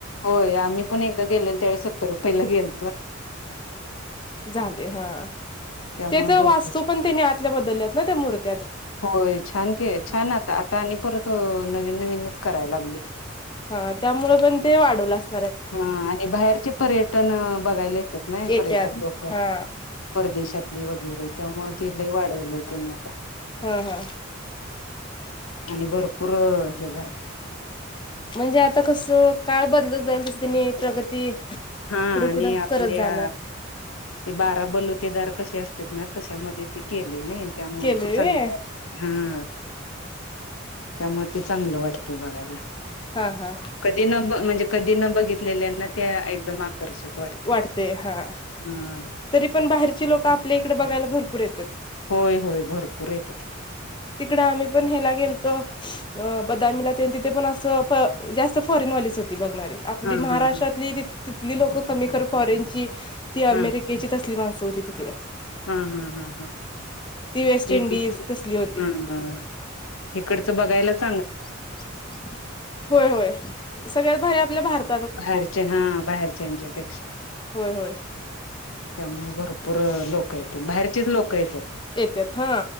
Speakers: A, on the left; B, on the left.
A: होय आम्ही पण एकदा गेलेल त्यावेळी सत्तर रुपयेला गेल..
B: झाले हा
A: त्यामुळे
B: त्याच
A: भरपूर
B: वास्तू पण त्याने आ... ततल्या बदलल्यात ना ते मुर्त्या..
A: होय छान क छान आता आता आणि परत नवीन नवीनवीच करायला लागले...
B: हा त्यामुळेळ पण ते वाढवल असलं..
A: हा आणि बाहेरचे पर्यटन बघायला येतात ना
B: येत्यात
A: पर्यटक लोक..
B: हा
A: परदेशातली वगैरे त्यामुळ ती लाय वाढवलंय त्यांनी आता...
B: ह, ह.
A: <inaudible> आणि भरपूर हे झालय.
B: म्हणजे आता कस काळ बदलत जाईल तसं त्यांनी प्रगती
A: हा
B: पुढे
A: आणि
B: पुढं
A: आपल्या
B: करत जाणार
A: ते बारा बलुतेदार कसे असतात ना तशामध्ये ते केले नाई. त्यामुळे
B: केले
A: ते चांगलं
B: व्हय
A: हा <inaudible> त्यामुळे ते चांगलं वाट ते बघायला.
B: हा, हा
A: कधी न म्हणजे कधी न बघितलेल्यांना त्या एकदम आकर्षक वाटते.
B: वाटतेय. हा
A: हम्म.
B: तरी पण बाहेरची लोक आपल्या इकड बघायला भरपूर येतात.
A: होय, होय भरपूर येत्यात.
B: तिकड आम्ही पण हे्याला गेलतो अ बदामीला तेन तिथे पण असं जास्त फॉरेनवालीच. होती बघणारी. आपली
A: हा
B: महाराष्ट्रातली
A: हा
B: तिथली लोक कमी कर खर फॉरेनची ती
A: हा
B: अमेरिकेची तसली माणसं होती तिकड.
A: हा, हा्, हा, हा.
B: ती वेस्ट
A: ते
B: इंडिज
A: <unintelligible>
B: तसली होती
A: हा ह इकडचं बघायलाच
B: <inaudible> होय, होय सगळ्यात भारी आपल्या भारतात
A: बाहेरचे हा बाहेरच्यांच्या पेक्षा
B: होय होय
A: <inaudible> त्यामुळे भरपूर लोक येत्यात बाहेरचेच लोक येत्यात.
B: येत्यात ह